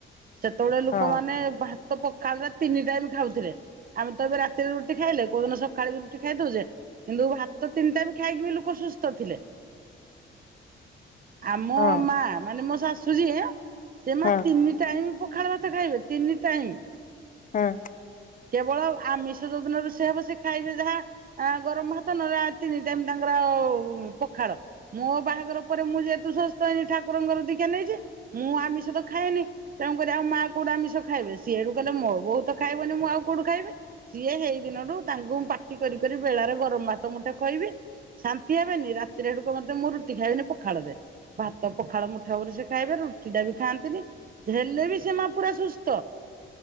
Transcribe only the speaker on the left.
ହଁ
ହଁ
ହଁ
ହଁ।